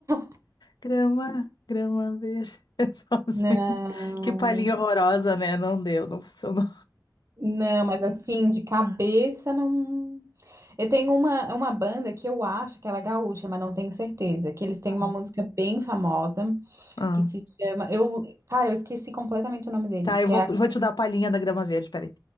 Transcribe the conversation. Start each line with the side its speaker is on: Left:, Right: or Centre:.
Right: <laughs>
Left: Grama, grama verde, <laughs> sozinho.
Right: Não,
Left: Que palhinha horrorosa, né? Não deu, não funcionou.
Right: não, mas assim, de cabeça não. Eu tenho uma, uma banda que eu acho que ela é gaúcha, mas não tenho certeza. Que eles têm
Left: Ah.
Right: uma música bem famosa
Left: Ah.
Right: que se chama. Eu, cara, eu esqueci completamente o nome deles,
Left: Tá, eu
Right: que
Left: vou,
Right: é a.
Left: vou te dar a palhinha da grama verde, peraí.